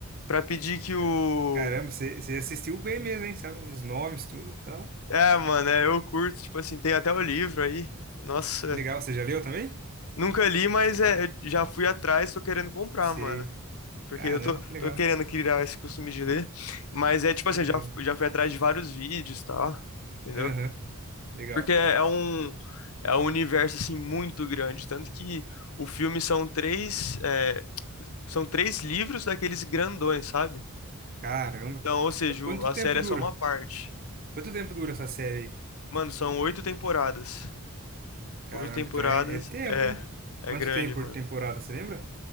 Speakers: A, on the left (about 70°); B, on the right (about 40°).
A: pra pedir que o...
B: Ca- Caramba, você, você assistiu bem mesmo, hein? Sabe? Os nomes, tudo, tá?
A: É, mano, é, eu curto, tipo assim, tem até o livro aí. Nossa,
B: Que legal. Você já leu também?
A: Nunca li, mas é, eu já fui atrás, tô querendo comprar,
B: Sei.
A: mano. Porque
B: Caramba,
A: eu tô,
B: que legal.
A: tô querendo criar esse costume de ler. Mas é tipo
B: Que
A: assim,
B: legal.
A: já, já fui atrás de vários vídeos e tal, entendeu?
B: Aham, legal.
A: Porque é, é um, é um universo, assim, muito grande. Tanto que o filme são três, é, são três livros daqueles grandões, sabe?
B: Caramba,
A: Então,
B: cara.
A: ou seja,
B: Qu- Quanto
A: o- a
B: tempo
A: série é
B: dura?
A: só uma parte.
B: Quanto tempo dura essa série aí?
A: Mano, são oito temporadas.
B: Caramba,
A: Oito temporadas,
B: então é, é tempo,
A: é,
B: hein?
A: é
B: Quanto
A: grande,
B: tempo por
A: mano.
B: temporada, você lembra?